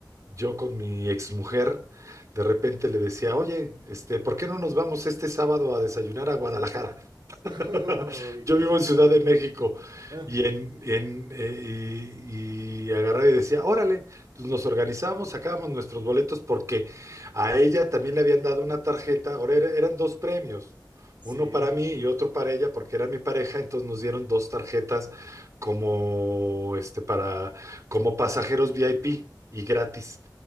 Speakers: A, on the right; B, on the right.
A: yo con mi exmujer, de repente le decía, oye, este, ¿por qué no nos vamos este sábado a desayunar a Guadalajara?
B: <laughs>
A: <laughs>
B: Uy,
A: Yo
B: qué
A: vivo en
B: plan.
A: Ciudad de México
B: Ah,
A: y en, y en, eh, y, y agarraba y decía, órale, pues nos organizamos, sacábamos nuestros boletos porque a ella también le habían dado una tarjeta, ahora era- eran dos premios,
B: sí.
A: uno para mí y otro para ella porque era mi pareja, entonces nos dieron dos tarjetas como este para como pasajeros VIP y gratis.